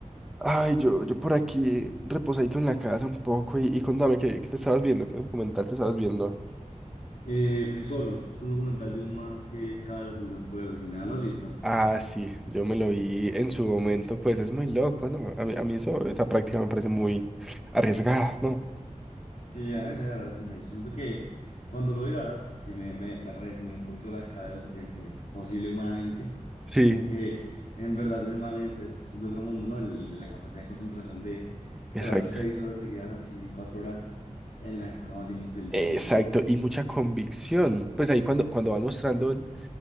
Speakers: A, in the centre; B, on the left (about 70°).
A: Ay, yo, yo por aquí reposadito en la casa un poco y, y contame ¿qué, qué te estabas viendo, qué documental te estabas viendo.
B: Eh, Free Solo, es un documental de un man que escala sin usar cuerdas y nada, ¿lo has visto?
A: Ah, sí, yo me lo vi en su momento, pues es muy loco, ¿no? A mí, a mí eso, esa práctica me parece muy arriesgada, ¿no?
B: Sí, a mí la verdad, no sé, yo siento que cuando lo vi, la verdad, sí me, me, me redefinió un poquito la escala de lo que pensé posible humanamente.
A: Sí.
B: Como que en verdad ese man es, es de otro mundo, ¿no? El- la capacidad de concentración de escalar
A: Exacto.
B: seis horas seguidas, así cuatro horas en la cosa más difícil del mundo.
A: Exacto, y mucha convicción. Pues ahí cuando, cuando va mostrando el,